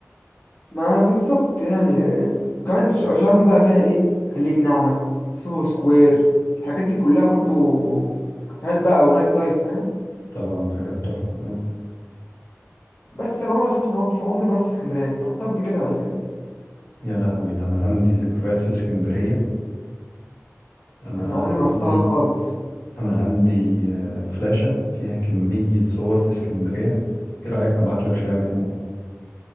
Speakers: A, on the left; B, on the left.
A: ما بالظبط يعني آه، وكمان ش- شرم بقى فيها ايه خليج نعمة سوهو سكوير الحاجات دي كلها برضو كافيهات بقى ونايت لايف فاهم
B: طبعا حاجات تحفة آه.
A: بس انا عمري بصراحة ما عمري عمري ما رحت اسكندرية انت رحتها قبل كده ولا ايه
B: يا لهوي ده أنا عندي ذكريات في اسكندرية أنا
A: انا عمري ما رحتها
B: عندي
A: خالص
B: أنا عندي آه، فلاشة فيها كمية صور في اسكندرية إيه رأيك أبعت لك شوية منهم